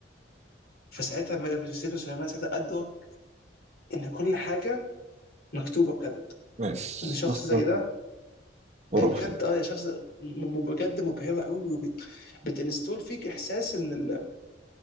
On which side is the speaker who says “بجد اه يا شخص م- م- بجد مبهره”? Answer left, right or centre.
Left